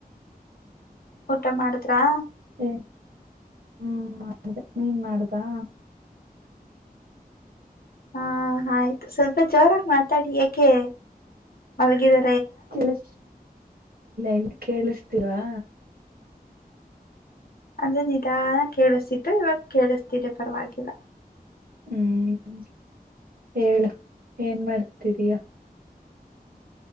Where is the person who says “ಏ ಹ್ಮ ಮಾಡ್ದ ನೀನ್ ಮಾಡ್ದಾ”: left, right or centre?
Right